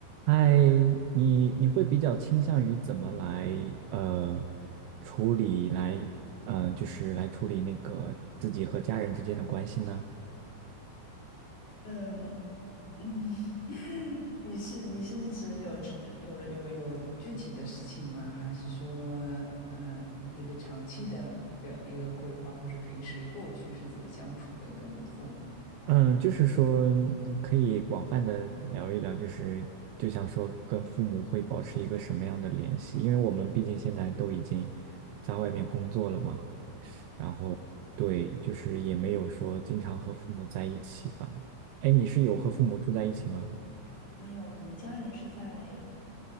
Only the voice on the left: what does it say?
嗯嗯，<laughs> 你是你是指有有有有具体的事情吗？还是说呃一个长期的一个一个规划，或者平时过去是怎么相处的跟父母？
哦，嗯，
没有，你的家人是在